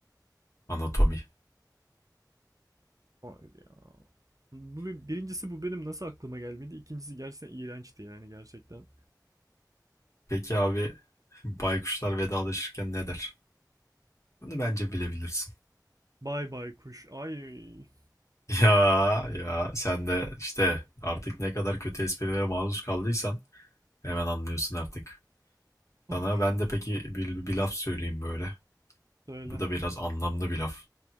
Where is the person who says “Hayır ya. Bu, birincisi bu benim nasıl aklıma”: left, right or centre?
Right